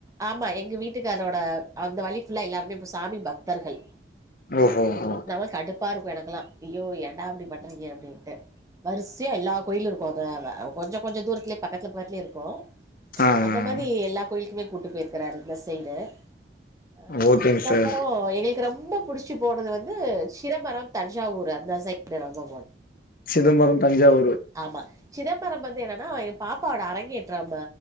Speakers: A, on the right; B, on the left.
A: ஆமா எங்க வீட்டுகாரயோட அந்த வழி ஃபுல்லா எல்லாருமே இப்ப சா தர்கள்
B: ஓஹோ ஹோ
A: நமக் கடுப் பாருக்கு எனக்கெலா அய்யோ ஏன்டா இப்டி பண்றீங்க அப்டின்ட்டு வரிசயா எல்லா கோயிலு இருக்கு அத அந்த கொஞ்சோ கொஞ்சோ தூரத்துல பக்கத்துல பக்கத்துலேயே இருக்கு
B: ஆ
A: அந்த
B: ஆ ஆ.
A: மாரி எல்லா கோயிலுக்குமே கூட்டு போயிருக்கிறாரு இந்த சைய்டு அஹ்
B: ஓகேங்க
A: அதுக்கப்றோ
B: சார்
A: எங்களுக்கு ரொம்ப புடிச்சி போனது வந்து சிதம்பரம் தஞ்சாவூர் அந்த சைடு ரொம்ப
B: சிதம்பரம் தஞ்சாவூரு
A: ஆமா சிதம்பரம் வந்து என்னன்னா எ பாப்பாவோட அரங்கேற்றம்